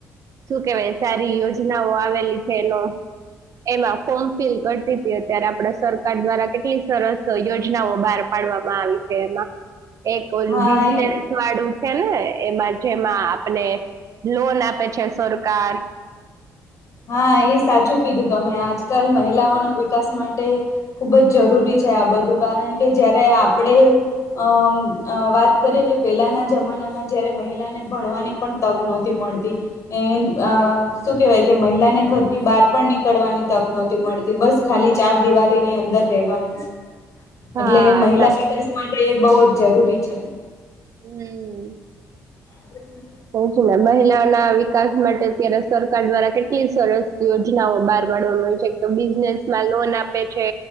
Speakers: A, on the right (about 60°); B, on the left (about 55°).
A: શું કેવાય સારી યોજનાઓ આવેલી છે એનો એમાં ફોર્મ ફિલ કરતી હતી અત્યારે આપડા સર કાર દ્વારા કેટલી સરસ યોજનાઓ બાર પાડવામાં આવી છે એમાં એક ઓલું
B: હા
A: બિઝનેસ
B: એ
A: વાળું છે ને એમાં જેમાં આપણે લોન આપે છે સરકાર
B: હા એ સાચું કીધું તમે આજકાલ મહિલાઓનો વિકાસ માટે ખુબ જ જરૂરી છે આ બધું કારણ કે જયારે આપણે અમ અ વાત કરીએ કે પેલાના જમાના માં જ્યારે મહિલા ને ભણવાની પણ તક નોતી મળતી એ શું કેવાય કે મહિલા ને ઘરની બહાર પણ નીકળવાની તક નહોતી મળતી બસ ખાલી ચાર દિવારીની અંદર રહેવાનું
A: હા
B: એટલે મહિલા
A: સાચું.
B: વિકાસ માટે બવ જરૂરી છે.
A: હમ્મ
B: <inaudible>
A: <unintelligible> ના મહિલાઓના વિકાસ માટે અત્યારે સરકાર દ્વારા કેટલી સરસ યોજનાઓ બહાર પાડવા હોય છે તો બિઝનેસમાં લોન આપે છે